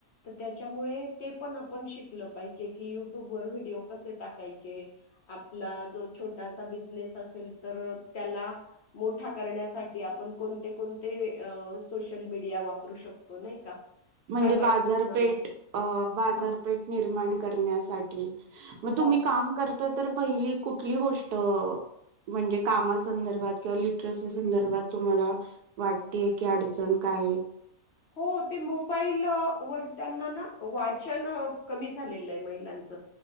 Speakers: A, on the left; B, on the right.
A: तर त्याच्यामुळे ते पण आपण शिकलं पाहिजे की युट्यूब वर व्हिडिओ कसे टाकायचे आपला जो छोटासा बिझनेस असेल तर त्या मोठा करण्यासाठी आपण कोणते कोणते सोशल मीडिया वापरू शकतो नाही का
B: म्हणजे
A: काय वाटतं
B: बाजारपेठ
A: तुम्हाला
B: बाजारपेठ
A: हां
B: निर्माण करण्यासाठी मग तुम्ही
A: हो
B: काम करता तर पहिली कुठली गोष्ट म्हणजे कामा संदर्भात किं लिटरसी संदर्भात तुम्हाला वाटतेय की अडचण का नाही
A: हो ते मोबाईल वर त्यांना ना वाचन कमी झालेलं आहे महिलांच